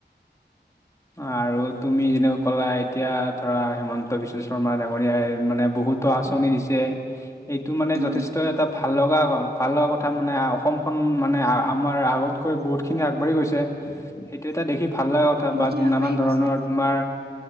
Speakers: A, on the left (about 15°); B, on the right (about 60°).
A: আৰু তুমি যেনেকৈ ক'লা এতিয়া ধৰা হেমন ন্ত বিশ্ব শৰ্মা ডাঙৰীয়াই মানে বহুতো আঁচনি দিছে। এইটো মানে
B: উম,
A: যথেষ্ট এটা ভাল লগা ভাল লগা কথা মানে। অসমখন মানে আমাৰ আগত কৈ বহুতখিনি আগবাঢ়ি গৈছে। সেইটো এটা দেখি ভাল লগা থা
B: বহুতখিনি
A: বাট
B: আগবাঢ়ি
A: নানান ধৰণৰ
B: গৈছে
A: তোমাৰ